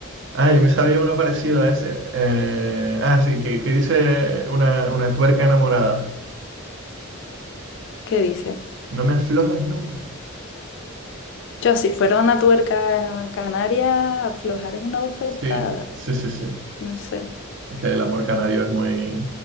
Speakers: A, on the right; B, on the left.
A: Ah, yo me sabía uno parecido a ese. Eh, ah, sí, que, que dice una, una tuerca enamorada.
B: ¿Qué dice?
A: No me aflojes nunca.
B: Yo, si fuera una tuerca canaria, aflojar es una bofetada.
A: Sí, sí, sí, sí.
B: No sé.
A: Es que el amor canario es muy,